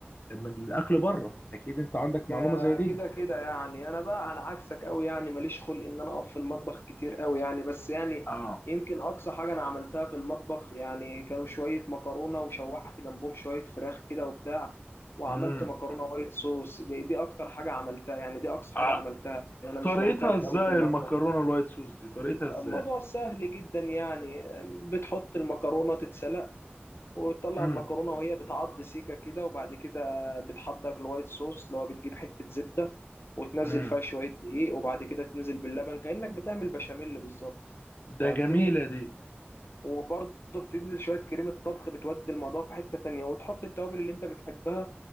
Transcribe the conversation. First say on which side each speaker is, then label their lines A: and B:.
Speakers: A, on the left; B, on the left.
A: من الاكل بره اكيد انت عندك
B: ده
A: معلومه زي دي
B: كده كده يعني أنا بقى على عكسك أوي يعني ماليش خلق إن أنا أقف في المطبخ كتير أوي يعني بس يعني
A: اه
B: يمكن أقصى حاجة أنا عملتها في المطبخ يعني كانوا شوية مكرونة وشوحت جنبهم شوية فراخ كده وبتاع وعملت
A: امم
B: مكرونة وايت صوص دي دي أكتر حاجة عملتها يعني دي أقصى
A: آه.
B: حاجة عملتها أنا مش
A: طريقتها
B: محترف
A: ازاي
B: أوي في المطبخ
A: المكرونه الوايت صوص دي طريقتها ازاي
B: الموضوع سهل جدا يعني بتحط المكرونة تتسلق وتطلع
A: امم
B: المكرونة وهي بتعض سيكة كده وبعد كده بتحضر الوايت صوص اللي هو بتجيب حتة زبدة وتنزل
A: مم.
B: فيها شوية دقيق وبعد كده تنزل باللبن كأنك بتعمل بشاميل بالظبط
A: ده
B: فهمتني
A: جميلة دي
B: وبرضه بتنزل شوية كريمة طبخ بتودي الموضوع في حتة تانية وتحط التوابل اللي انت بتحبها